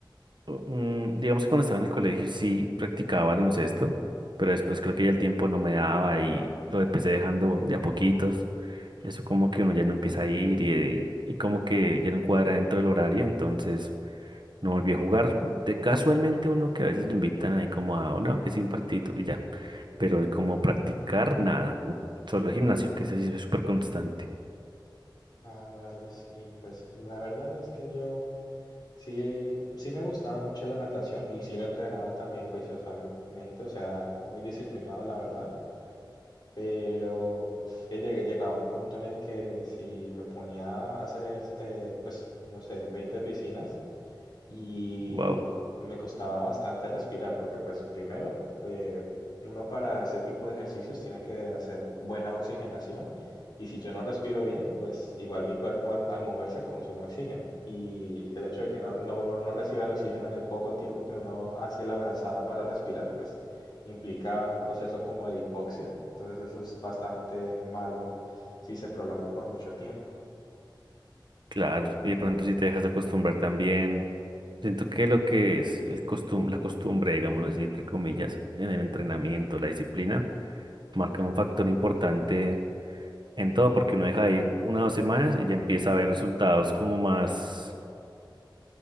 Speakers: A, on the right (about 65°); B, on the left (about 55°).
A: Mm, digamos que cuando estaba en el colegio sí practicaba baloncesto, pero después creo que ya el tiempo no me daba y lo empecé dejando de a poquitos. Eso como que uno ya no empieza a ir y, eh, y como que ya no cuadra dentro del horario, entonces no volví a jugar. De casualmente uno que a veces lo invitan ahí como a, "Oh, no, que sí un partidito y ya, pero como practicar nada, solo gimnasio, que ese sí es súper constante.
B: Ah, vale, sí, pues la verdad es que yo Sí, sí me gustaba mucho la natación y sí lo entrenaba también juiciosamente, o sea, muy disciplinado la verdad, pero es que llegué- llegaba a un punto en el que si me ponía a hacer, ejer- eh, pues, no sé, 20 piscinas, y
A: Wow.
B: me costaba bastante respirar porque pues primero eh, uno para ese tipo de ejercicios tiene que hacer buena oxigenación y si yo no respiro bien pues igual mi cuerpo al, al moverse consume oxígeno y el hecho de que no, no- no reciba el oxígeno en el poco tiempo que uno hace la brazada para respirar pues implica un proceso como de hipoxia entonces eso es bastante malo si se prolonga por mucho tiempo.
A: Claro, y de pronto si te dejas de acostumbrar también, siento que lo que es el costum la costumbre, digámoslo así, entre comillas, en el entrenamiento, la disciplina, marca un factor importante en todo, porque uno deja de ir una o dos semanas y ya empieza a ver resultados como más,